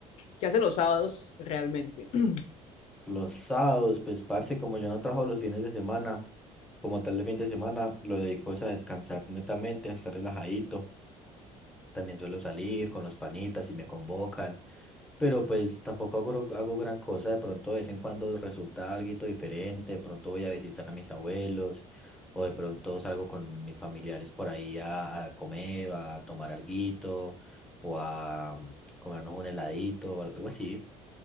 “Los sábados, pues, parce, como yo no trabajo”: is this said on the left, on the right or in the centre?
Centre